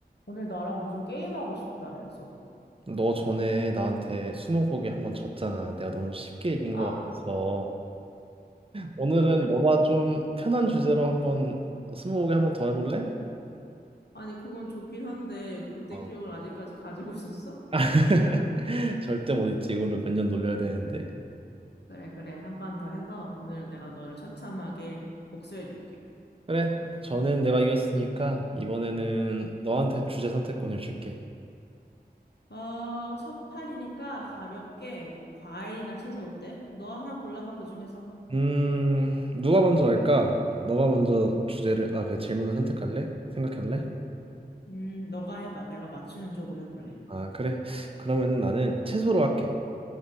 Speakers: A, on the left; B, on the right.
A: 오늘 나랑 무슨 게임하고 싶다면서.
B: 너 전에 나한테 스무고개 한번 졌잖아. 내가 너무 쉽게 이긴
A: 아,
B: 것 같아서 오늘은 너가 좀 편한 주제로 한번 스무고개 한번 더 해볼래?
A: 아니, 그건 좋긴 한데, 그때
B: 어.
A: 기억을 아직까지 가지고 있었어?
B: <laughs> 절대 못 잊지. 이걸로 몇 년 놀려야 되는데.
A: 그래, 그래. 한 판 더 해서, 오늘은 내가 너를 처참하게 복수해줄게.
B: 그래. 전엔 내가 이겼으니까 이번에는 너한테 주제 선택권을 줄게.
A: 어, 첫 판이니까 가볍게, 뭐, 과일이나 채소 어때? 너 하나 골라봐, 그 중에서.
B: 음, 누가 먼저 할까? 너가 먼저 주제를 아, 그 질문을 선택할래? 생각할래?
A: 음, 너가 해봐. 내가 맞추는 쪽으로 해볼래.
B: 아, 그래. 그러면은 나는 채소로 할게.